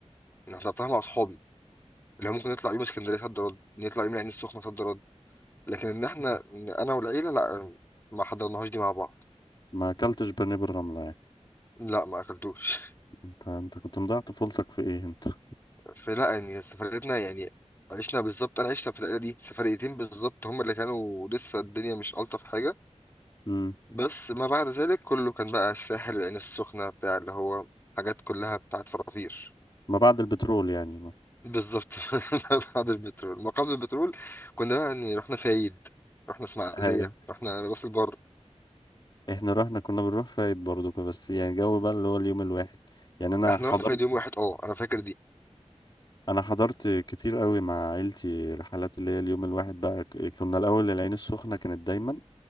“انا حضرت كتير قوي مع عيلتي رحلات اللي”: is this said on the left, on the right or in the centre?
Left